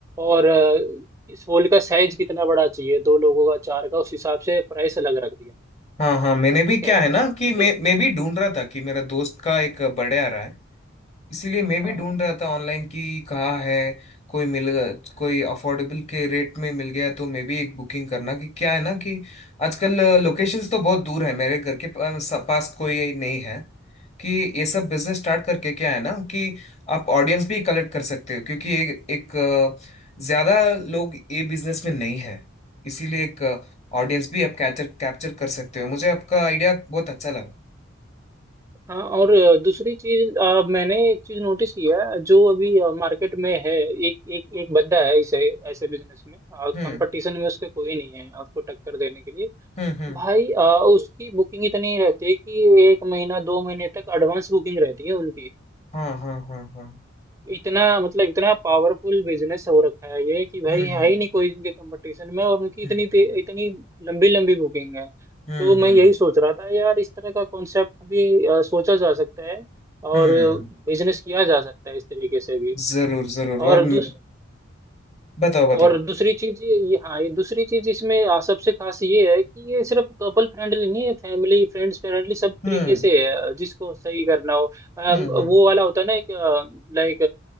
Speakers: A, on the right (about 15°); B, on the left (about 35°).
A: और अ, इस हॉल का साइज कितना बड़ा चाहिए दो लोगों का चार का उस हिसाब से प्राइस अलग रख दिया
B: हाँ हाँ मैंने भी
A: ठीक
B: क्या
A: है हाँ,
B: है ना कि मैं
A: तो
B: मैं भी ढूंढ रहा था कि मेरा दोस्त का एक बर्थडे आ रहा है इसीलिए मैं
A: हाँ
B: भी ढूंढ
A: हाँ
B: रहा था ऑनलाइन कि कहाँ है कोई मिल कोई अफोर्डेबल के रेट में मिल गया तो मैं भी एक बुकिंग करना कि क्या है ना कि आजकल लोकेशंस तो बहुत दूर है मेरे घर के पास पास कोई नहीं है कि ये सब बिजनेस स्टार्ट करके क्या है ना कि आप ऑडियंस भी कलेक्ट कर सकते हो क्योंकि एक एक अ, ज्यादा लोग ये बिजनेस में नहीं है इसीलिए एक ऑडियंस भी आप कैप्चर कैप्चर कर सकते हो मुझे आपका आइडिया बहुत अच्छा लगा
A: हाँ और अ, दूसरी चीज अ, मैंने एक चीज नोटिस किया है, जो अभी अ, मार्केट में है एक एक एक बंदा है इसे ऐसे बिजनेस में और
B: हम्म
A: कंपटीशन में उसके कोई नहीं है आपको टक्कर देने के लिए
B: हम्म हम्म
A: भाई अ, उसकी बुकिंग इतनी रहती है कि एक महीना दो महीने तक एडवांस बुकिंग रहती है उनकी
B: हाँ हाँ हाँ हाँ
A: इतना मतलब इतना पावरफुल बिजनेस हो रखा है ये कि भाई
B: हम्म
A: है
B: हम्म
A: ही नहीं कोई इनके कंपटीशन में और उनकी इतनी
B: हम्म
A: ते- इतनी लंबी लंबी बुकिंग है
B: हम्म
A: तो मैं यही सोच रहा था यार इस तरह का कॉन्सेप्ट भी अ, सोचा जा सकता है और
B: हम्म
A: बिजनेस किया जा सकता है इस तरीके से भी
B: जरूर जरूर
A: और
B: और म-
A: दूस
B: बताओ बताओ
A: और दूसरी चीज ये ये- हाँ ये दूसरी चीज इसमें आ, सबसे खास ये है कि ये सिर्फ कपल फ्रेंडली नहीं है फैमिली फ्रेंड्स फ्रेंडली सब
B: हम्म
A: तरीके से है जिसको सही करना हो अम,
B: हम्म
A: वो
B: हम्म
A: वाला होता है ना एक लाइक